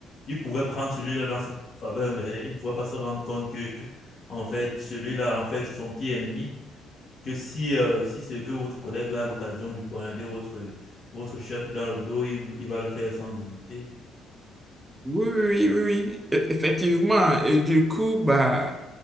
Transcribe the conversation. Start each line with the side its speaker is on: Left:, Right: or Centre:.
Left: il pouvait prendre celui-là dans ses faveurs, mais il ne pouvait pas se rendre compte que en fait celui-là, en fait, c'est son pied ennemi. Que si, euh, si c'est que votre collègue là a l'occasion de poignarder votre votre chef dans le dos, il, il va le faire sans hésiter.
Right: oui, oui, oui, oui, e- effectivement. Et du coup, bah,